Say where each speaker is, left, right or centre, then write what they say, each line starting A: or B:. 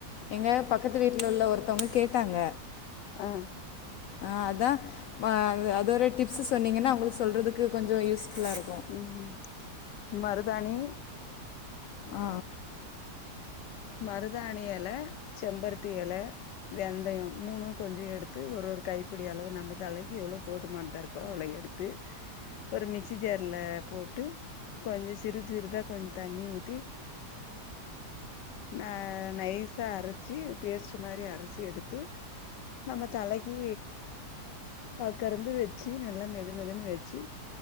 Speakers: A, on the left; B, on the left.
A: எங்க பக்கத்து வீட்டில உள்ள ஒருத்தவங்க கேட்டாங்க
B: அ
A: அ அதா ம அது ஒரு டிப்ஸ் சொன்னீங்கன்னா அவங்களுக்கு சொல்றதுக்கு கொஞ்சு யூஸ்ஃபுல்லா இருக்கு
B: ம் மருதாணி
A: ஆ
B: மருதாணி எல செம்பருத்தி எல வெந்தயம் மூணும் கொஞ்சு எடுத்து ஒரு ஒரு கைப்பிடி அளவு நம்ம தலைக்கு எவ்வளவு போதுமானதா இரு பால எடுத்து ஒரு மிக்சி ஜார்ல போட்டு கொஞ்சு சிறிது சிறிதா கொஞ்சு தண்ணி ஊத்தி ந நைஸா அரைச்சு பேஸ்டு மாரி அரைச்சி எடுத்து நம்ம தலைக்கு பாக்கறந்து வெச்சு நல்லா மெது மெதுன்னு வெச்சு